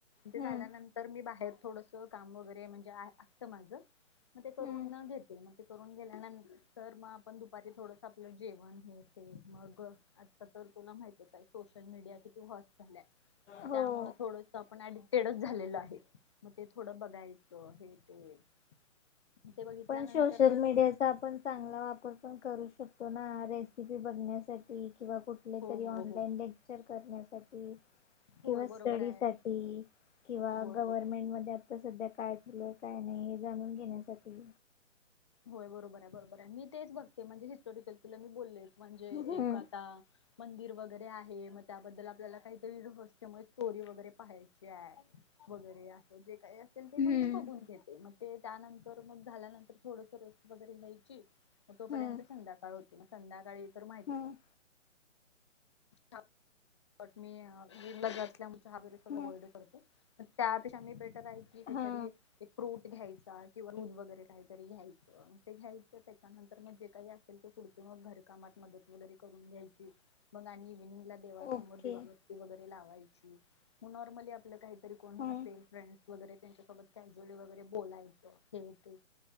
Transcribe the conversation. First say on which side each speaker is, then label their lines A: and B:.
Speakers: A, on the left; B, on the left.
A: तेे
B: हम्म
A: झाल्यानंतर मी बाहेर थोडस काम वगैरे म्हणजे आ असतं माझं. मग ते करून
B: हम्म
A: घेते मग. करून गेल्यानंतर मग आपण दुपारी थोडस आपलं जेवण हे ते मग आता तर तुला माहती आहे सोशल मीडिया किती <unintelligible> झाल्या मग
B: हो
A: त्यामुळे, आपण एडिटेड झालेलो आहे. मग ते थोडं बघायचं, हे ते ते बघितल्यानंतर
B: पण सोशल
A: मग
B: मीडियाचा आपण चांगला वापर पण करू शकतो ना रेसिपी बघण्यासाठी किंवा कुठले
A: हो
B: तरी
A: हो
B: ऑनलाईन
A: हो
B: लेक्चर करण्यासाठी
A: होय
B: किंवा स्टडी
A: बरोबर आहे.
B: साठी किंवा
A: होय
B: गव्हर्मेंट
A: हो
B: मध्ये आता सध्या काय केलं काय नाही जाणून घेण्यासाठी
A: होय बरोबर आहे बरोबर आहे मी तेच बघते म्हणजे हिस्टॉरिकल तुला बोललेच म्हणजे
B: हम्म
A: एक आता मंदिर व जरी आहे मग त्याबद्दल आपल्याला काहीतरी रहस्यमय स्टोरी वगैरे पाहायची आहे वगैरे अस जे काय असेल ते
B: हम्म
A: मंग मी बघून घेते मग ते त्यानंतर मग झाल्यानंतर थोडस रेस्ट वगैरे घ्यायची. म तोपर्यंत
B: हम्म
A: संध्याकाळ होत म संध्याकाळी तर माहितीय
B: हम्म
A: <unintelligible> मी जिमला <unintelligible> ल्यामुळ <unintelligible> सगळं
B: हम्म
A: <unintelligible> करते त्या पेक्षा बेट <unintelligible> काही
B: हा
A: तरी <unintelligible> एक फ्रुट घ्यायचा किंवा दूध वगैरे काही तरी घ्यायचं ते घ्यायचं त्याच्यानंतर मग जे काही असेल पुढच घर कामात मदत वगैरे करून घ्यायची मग आणि <unintelligible> देवा समोर
B: ओके
A: दिवाबत्ती वग लावायची म नॉर्मली आपल काही तरी कोण
B: हम्म
A: असेल फ्रेंडस वगैरे त्यांच्यासोबत कॅज्युअली वगैरे बोलायचो हे ते